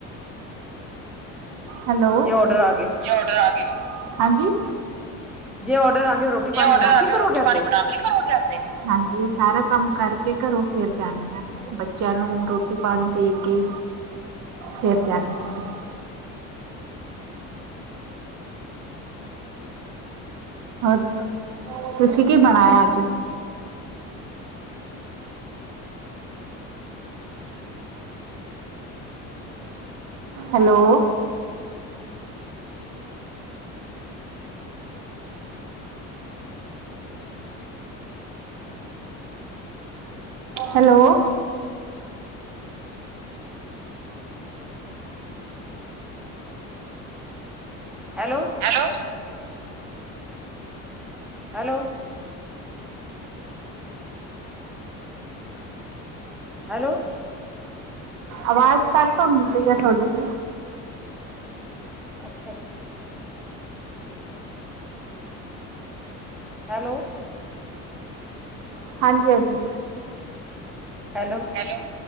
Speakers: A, on the right; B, in the centre.
A: ਹੈਲੋ
B: ਜੇ ਔਡਰ ਆ ਗਏ
A: ਕਿਆ ਆਰਡਰ ਆ ਗਏ ਹਾਂਜੀ।
B: ਜੇ ਆਰਡਰ ਆ ਗਿਆ। ਰੋਟੀ
A: ਜੇ
B: ਪਾਣੀ
A: ਆਰਡਰ
B: ਬਣਾ
A: ਆ
B: ਕੇ
A: ਗਿਆ
B: ਘਰੋਂ
A: ਰੋਟੀ
B: ਜਾਂਦੇ
A: ਪਾਣੀ ਬਣਾ। ਕੀ ਕੰਮ ਕਰਦੇ? ਹਾਂਜੀ ਸਾਰਾ ਕੰਮ ਕਰਕੇ ਘਰੋਂ ਫੇਰ ਜਾਂਨੀ ਆ। ਬੱਚਿਆਂ ਨੂੰ ਰੋਟੀ ਪਾਣੀ ਦੇ ਕੇ ਫਿਰ ਜਾਂਦੀ ਆ। ਮੈਂ ਹੋਰੀ ਤੁਸੀਂ ਕੀ ਬਣਾਇਆ ਅੱਜ? Hello. Hello.
B: Hello.
A: Hello.
B: Hello hello.
A: ਆਵਾਜ਼ ਕੱਟ ਹੁੰਦੀ ਹੈ ਤੁਹਾਡੀ।
B: ਅੱਛਾ ਜੀ। ਹੈਲੋ।
A: ਹਾਂਜੀ ਹਾਂਜੀ।
B: Hello
A: hello,